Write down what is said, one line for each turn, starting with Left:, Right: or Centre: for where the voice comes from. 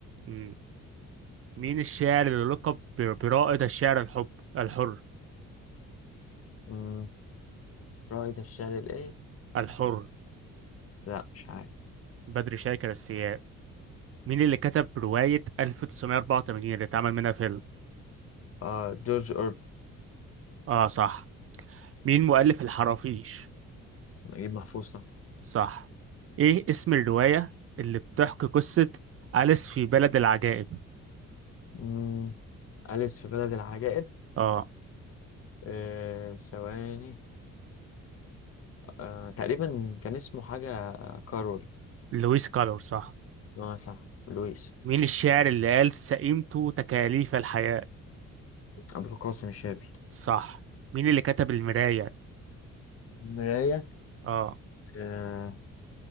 Right: مم. مين الشاعر اللي لقب ب- برائد الشعر الحب الحر
Left: مم. رائد الشعر الايه
Right: الحر
Left: لا مش عارف
Right: بدر شاكر السياب مين اللي كتب رواية 1984 اللي اتعمل منها فيلم؟
Left: آه جورج أورب
Right: اه صح مين مؤلف الحرافيش؟
Left: نجيب محفوظ طبعا
Right: صح ايه اسم الرواية اللي بتحكي قصة أليس في بلد العجائب؟
Left: مم. أليس في بلد العجائب
Right: اه
Left: آه ثواني آه تقريبا كان اسمه حاجة كارول
Right: لويس كالور صح
Left: اه صح لويس
Right: مين الشاعر اللي قال سئمت تكاليف الحياة؟
Left: أبو القاسم الشابي
Right: صح مين اللي كتب المراية؟
Left: مراية
Right: اه
Left: آه